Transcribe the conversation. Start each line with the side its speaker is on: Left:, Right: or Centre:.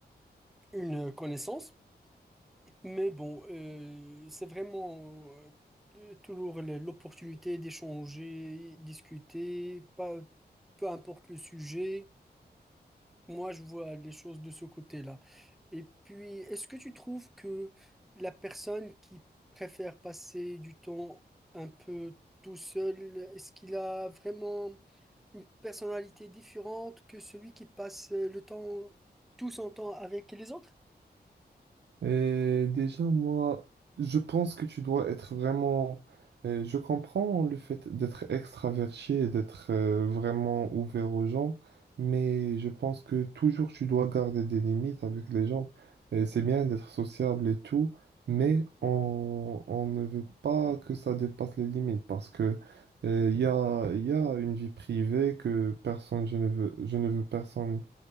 Centre: une connaissance. Mais bon, euh, c'est vraiment euh, toujours le- l'opportunité d'échanger, discuter, pas, peu importe le sujet. Moi, je vois les choses de ce côté-là. Et puis, est-ce que tu trouves que la personne qui préfère passer du temps un peu tout seul, est-ce qu'il a vraiment une personnalité différente que celui qui passe le temps, tout son temps avec les autres?
Right: Et déjà, moi, je pense que tu dois être vraiment... euh, je comprends le fait d'être extraverti et d'être euh, vraiment ouvert aux gens, mais je pense que toujours tu dois garder des limites avec les gens. Et c'est bien d'être sociable et tout, mais on, on ne veut pas que ça dépasse les limites parce que euh, il y a, il y a une vie privée que personne, je ne veux, je ne veux personne,